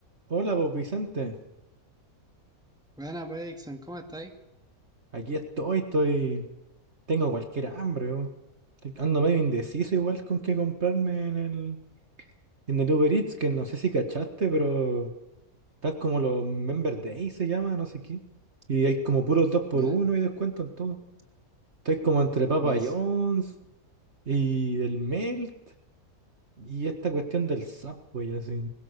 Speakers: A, on the right (about 50°); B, in the centre.
A: Hola, pues Vicente.
B: Buena, pues, Dixon, ¿cómo estáis?
A: Aquí estoy, estoy. Tengo cualquier hambre, weón. Estoy- Ando medio indeciso igual con qué comprarme en el, en el Uber Eats, que no sé si cachaste, pero está como los Member Day se llama, no sé qué. Y hay como puros dos por
B: ¿Ya?
A: uno y descuento en todo. Estoy como entre Papa
B: No
A: John's
B: sé.
A: y el Melt y esta cuestión del Subway, así.